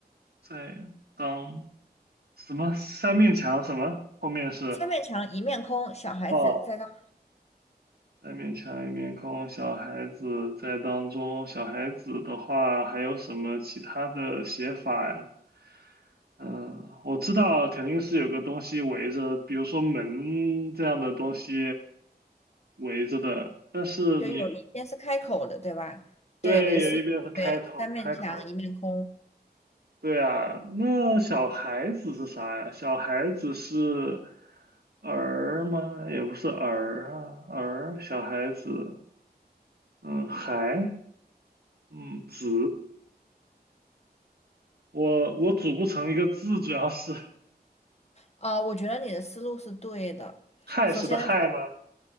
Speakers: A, on the right; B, on the left.
A: 在当什么？三面墙什么？后面是。
B: 三面墙，一面空，小孩子在当中，
A: 哦，三面墙一面空，小孩子在当中。小孩子的话，还有什么其他的写法呀？嗯，我知道肯定是有个东西围着，比如说门这样的东西围着的。但是你，
B: 就有一边是开口的，对吧？
A: 对，
B: 对，你的思路是对，
A: 有一边是开头开口
B: 三面墙，一面空。
A: 对啊，那小孩子是啥呀？小孩子是儿吗？也不是儿啊，儿，小孩子，嗯，孩。嗯，子，我我组不成一个字，主要是
B: 啊、我觉得你的思路是对的。
A: 亥时的亥吗？
B: 首先呢。